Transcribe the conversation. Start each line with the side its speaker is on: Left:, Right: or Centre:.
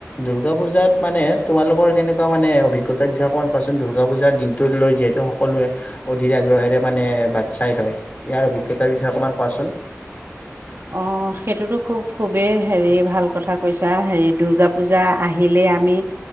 Left: দুৰ্গা পূজাত মানে তোমালোকৰ কেনেকুৱা মানে অভিজ্ঞতাৰ বিষয়ে অকণমান কোৱাচোন দুৰ্গা পূজাৰ দিনটোলৈ যিহেতু সকলোৱে অধীৰ আগ্ৰহেৰে মানে বাট চাই লয় ইয়াৰ অভিজ্ঞতাৰ বিষয়ে অকণমান কোৱাচোন।
Right: অ' সেইটোতো খুব। খুবেই হেৰি
Left: ঠিকে আছে
Right: ভাল কথা কৈছা হেৰি দুৰ্গা পূজা আহি আহিলে আমি